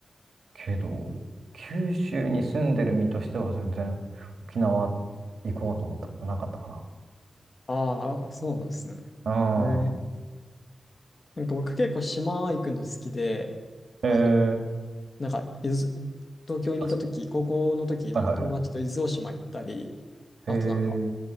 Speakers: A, on the right; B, on the left.
A: けど、九州に住んでる身としては全然沖縄行こうと思ったことなかったか
B: ああ、そうなんですね。
A: な。
B: えーなんか僕結構島行くの好きで、あの
A: うん。へえー、
B: なんか、伊豆東京にいた時、
A: あ、そういうこ
B: 高校の時、なんか友達と伊豆大島行ったり、
A: と。はいはいはい。
B: あとなんか、
A: へえ、